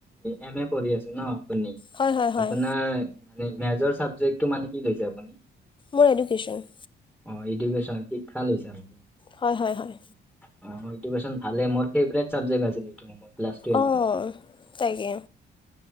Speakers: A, in the centre; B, on the left.
A: এম এ পঢ়ি আছে ন' আপুনি?
B: হয় হয় হয়
A: আপোনাৰ মানে মেজৰ চাবজেক্টটো মানে কি লৈছে আপুনি?
B: মোৰ এডুকেশ্বন।
A: অ', এডুকেশ্যন শিক্ষা লৈছে আপুনি।
B: হয়, হয়, হয়।
A: উম, অ', এডুকেশ্বন ভালে মোৰ ফেভৰেট চাবজেক্ট আছিল এইটো। ক্লাছ টুৱেলভত
B: অ', তাকে।